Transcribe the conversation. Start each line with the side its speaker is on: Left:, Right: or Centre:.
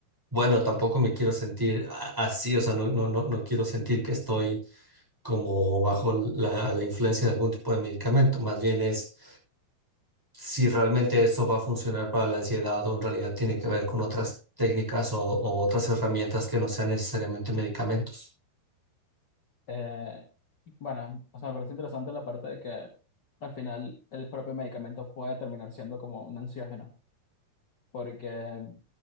Centre: bueno, tampoco me quiero sentir a- así, o sea, no, no, no, no quiero sentir que estoy como bajo la, la influencia de algún tipo de medicamento, más bien es si realmente eso va a funcionar para la ansiedad o en realidad tiene que ver con otras técnicas o, o otras herramientas que no sean necesariamente medicamentos.
Left: eh, bueno, o sea, me parece interesante la parte de que al final el propio medicamento puede terminar siendo como un ansiógeno, porque